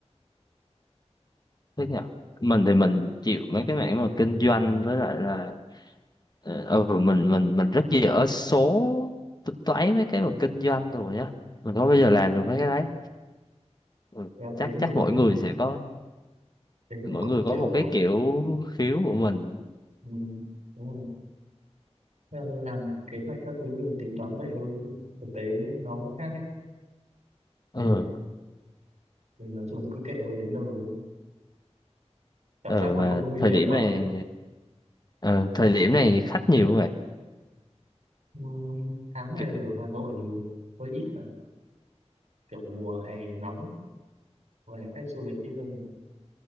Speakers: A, on the left (about 35°); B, on the right (about 85°).
A: thế nhỉ? Mình thì mình chịu mấy cái mảng mà kinh doanh với lại là ờ, ừ, mình mình mình rất dở số tính toán mấy cái mà kinh doanh rồi nhá. Mình không bao giờ làm
B: ừ.
A: được mấy cái đấy. Ừ,
B: Và
A: chắc
B: tính
A: chắc
B: thì cũng
A: mỗi người sẽ có
B: tính
A: mỗi
B: thì cũng
A: người có
B: kiểu
A: một cái kiểu khiếu của mình.
B: ừ, đúng rồi. Theo làm kế hoạch các thứ thì tính toán vậy thôi chứ thực tế nó khác ấy thì,
A: Ừ.
B: thì nói chung cứ kệ thôi đến đâu đấy cảm
A: ờ
B: giác nó
A: mà
B: không nguy
A: thời
B: hiểm
A: điểm
B: quá
A: này
B: là được
A: ờ, thời điểm này khách nhiều không vậy
B: Ừ, tháng này
A: Ki-
B: ở Hà Nội thì hơi ít nữa. Kiểu mùa hè nóng và khách du lịch ít hơn